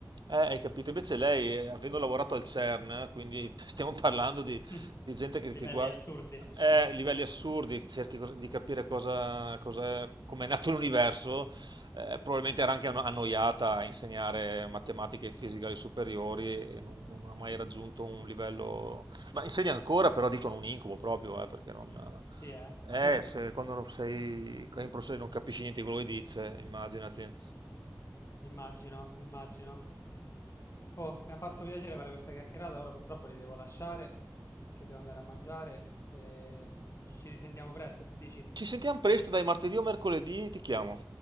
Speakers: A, on the right (about 80°); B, on the left (about 40°).
A: Eh, hai capito? Invece lei, eh, avendo lavorato al CERN, eh, quindi <laughs> stiamo parlando di,
B: <laughs>
A: di gente che,
B: Livelli
A: che gua-
B: assurdi.
A: eh,
B: <laughs>
A: livelli assurdi, cerchi cos- di capire cosa, cosa, come è nato l'universo, eh, probabilmente era anche anno- annoiata a insegnare matematica e fisica alle superiori e non, non ha mai raggiunto un livello... Ma insegna ancora, però dicono un incubo proprio, eh, perché non...
B: Sì, eh. <laughs>
A: Eh, se, quando non sei in professore non capisci niente di quello che dice, immaginati.
B: Immagino, immagino. Oh, mi ha fatto piacere fare questa chiacchierata. Ora purtroppo li devo lasciare, che devo andare a mangiare. E ci risentiamo presto. Che dici?
A: Ci sentiamo presto, dai, martedì o mercoledì ti chiamo.